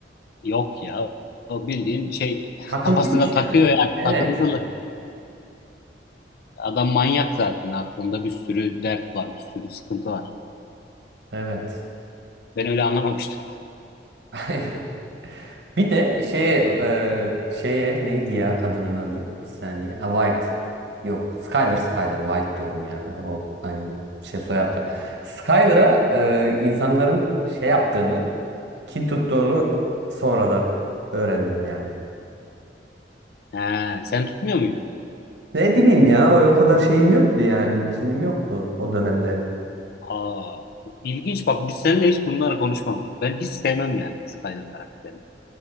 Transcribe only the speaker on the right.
Takıntıymış
yani.
Evet.
Evet.
<laughs> Bir de şeye e, şeye neydi ya kadının adı? Bir saniye. Ha White. Yok. Skyler Skyler. White diyorum ya. O aynı bu. Şey soyadlar. Skyler'a e, insanların şey yaptığını, kin tuttuğunu sonradan öğrendim yani.
Ne bileyim ya o o kadar şeyim yoktu yani bikinim yoktu o dönemde.